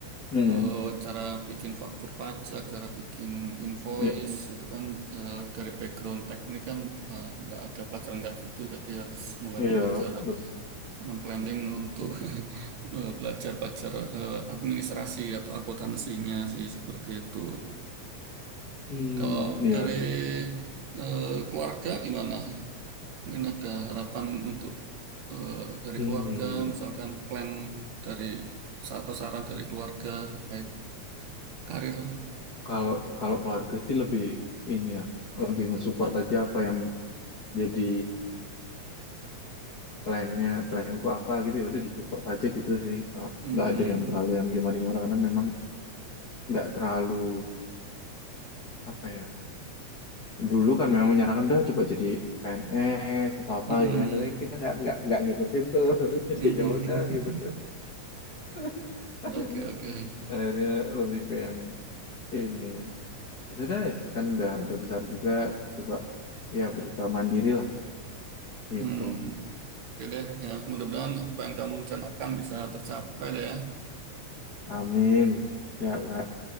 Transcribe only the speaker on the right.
eh, cara bikin faktur pajak, cara bikin invoice
itu kan eh, dari background teknik kan eh, nggak ada pelajaran nggak gitu, jadi harus mulai
belajar.
memplanning untuk <laughs> eh, belajar-belajar eh, administrasi atau akuntansinya sih seperti itu.
Kalau
dari eh, keluarga gimana? Mungkin ada harapan untuk eh, dari
keluarga, misalkan plan dari atau saran dari keluarga terkait karir.
Hmm,
hmm,
hmm.
<laughs>
Oke, oke.
Hmm. Oke deh, ya mudah-mudahan apa yang kamu rencanakan bisa tercapai deh ya.